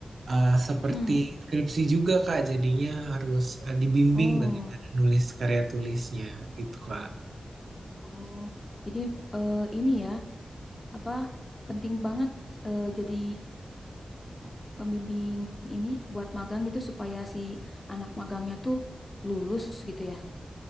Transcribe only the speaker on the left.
Mm-mm.
Oh.
Oh, jadi eh, ini ya, apa penting banget eh, jadi pe- pembimbing ini buat magang gitu supaya si anak magangnya tuh lulus gitu ya.